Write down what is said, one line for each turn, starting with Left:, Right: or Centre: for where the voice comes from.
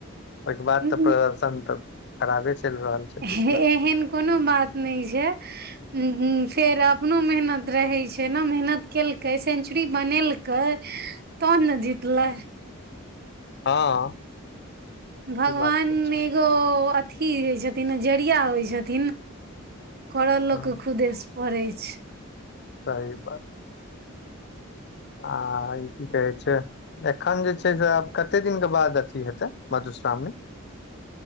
Left: ओहिके
Right: ने
Left: बाद तऽ प्रदर्शन तऽ खराबे चलि रहल छै
Right: हे-
Left: पिछला
Right: एहन कोनो बात नहि छै उ फेर अपनो मेहनत रहे छै ने मेहनत केलकै सेंचुरी बनेलकै कै तऽ ने जितलै
Left: हँ
Right: भगवान
Left: ई बात तऽ छै
Right: एगो अथि होइ छथिन जरिया होइ छथिन करऽ लोकके
Left: हँ,
Right: खुदेस पड़ै छै
Left: सही बात आ ई की कहै छै एखन जे छै से आब कते दिनके बाद अथी हेतै मधुश्रावणी